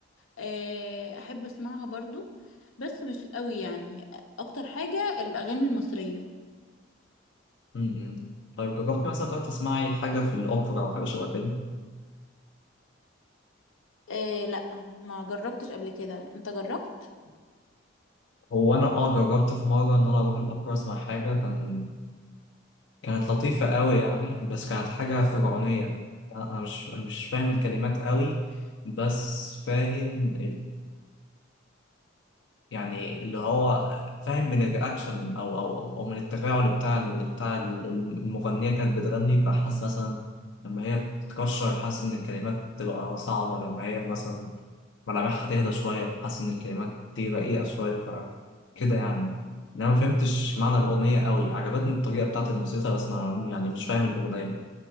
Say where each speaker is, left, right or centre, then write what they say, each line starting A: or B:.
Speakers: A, on the left (about 85°); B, on the left (about 65°).
A: آه، أحب أسمعها برضو بس مش قوي يعني أكتر حاجة الأغاني المصرية
B: م-م. طيب جربتي مثلا تروحي تسمعي حاجة في الأوبرا أو حاجة شبه كده؟
A: آه، لا ما جربتش قبل كده أنت جربت؟
B: هو أنا أه جربت في مرة إن أنا أروح الأوبرا أسمع حاجة كان كانت لطيفة قوي يعني بس كانت حاجة فرعونية يعني أنا أنا مش أنا مش فاهم الكلمات قوي بس فاهم يعني اللي هو فاهم من الرياكشن او او او, أو من التفاعل بتاع ال- بتاع ال- المغنيه كانت بتغني فحاسس مثلا لما هي بتتكشر حاسس ان الكلمات تبقى صعبه لما هي مثلا ملامحها تهدى شويه فحاسس ان الكلمات دي رقيقه شويه فكده يعني انا ما فهمتش معنى الاغنيه قوي عجبتني الطريقه بتاعت الموسيقى بس ما يعني مش فاهم الاغنيه